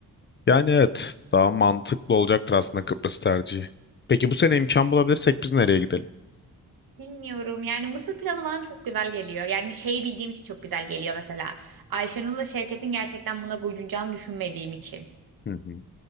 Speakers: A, on the left (about 30°); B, on the right (about 70°).
A: Yani evet daha mantıklı olacaktır aslında Kıbrıs tercihi. Peki bu sene imkan bulabilirsek biz nereye gidelim?
B: Bilmiyorum yani Mısır planı bana çok güzel geliyor. Yani şeyi bildiğim için çok güzel geliyor mesela. Ayşenur'la Şevket'in gerçekten buna gocunacağını düşünmediğim için.
A: Hı hı.